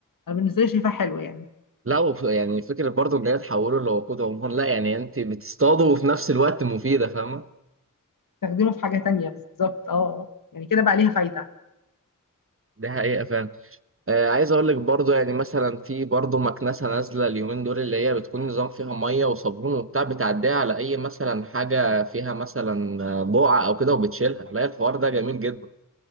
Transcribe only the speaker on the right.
لا وف... يعني فكرة برضو ان هي تحوله لوقود عموما لا يعني انت بتصطاده وفي نفس الوقت مفيدة فاهمة
دي حقيقة فعلا آه، عايز اقول لك برضو يعني مثلا في برضو مكنسه نازله اليومين دول اللي هي بتكون نظام فيها ميه وصابون وبتاع بتعديها على اي مثلا حاجه فيها مثلا آه، بقعه او كده وبتشيلها لا الحوار ده جميل جدا